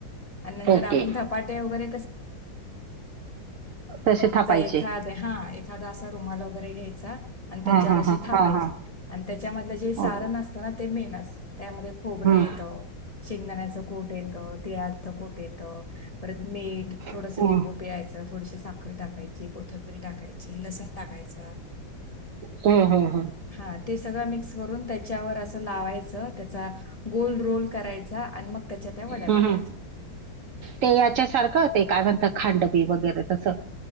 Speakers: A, on the left; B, on the right.
A: आणि नंतर
B: ओके
A: आपण धपाट वरे
B: तसे थापायचे
A: एख एखादा असा रुमाल वगैरे घ्यायचा आणि त्याच्यावर
B: हां हां
A: अशी
B: हां
A: थापायची
B: हां हां
A: आणि त्याच्यामधलं जे सारण
B: ओके
A: अस असना ते मेन असत त्यामध्ये खोबरं
B: हां
A: येतं.
B: हां
A: शेंगदाण्याचं कूट येतं तिळाचं कूट येतं. परत मीठ थोडसं
B: हो
A: लिंबू पियायचं थोडीशी साखर टाकायची कोथंबीर टाकायची. लसण टाकायचा
B: ह हा हा
A: हा ते सगळं मिक्स करून त्याच्यावर लावायच त्याचा गोल रोल करायचा आणि मग त्याच्या त्या वड्या
B: हं,
A: पाडायच्या
B: हं. ते याच्या सारखं ते काय म्हणत खांडबी वगैरे तसं